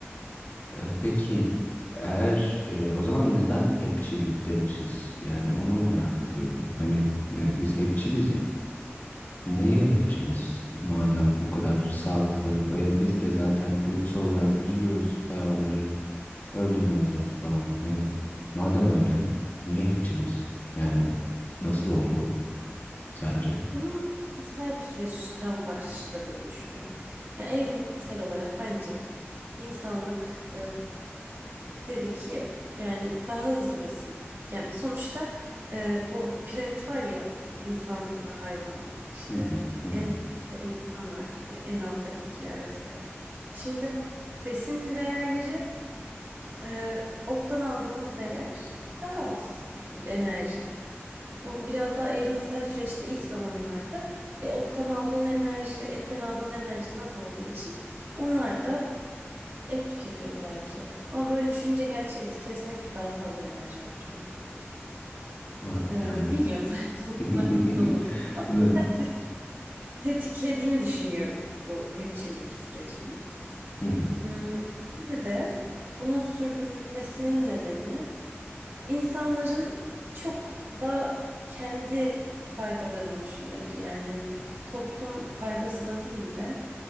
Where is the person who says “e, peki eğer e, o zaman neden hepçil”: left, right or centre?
Left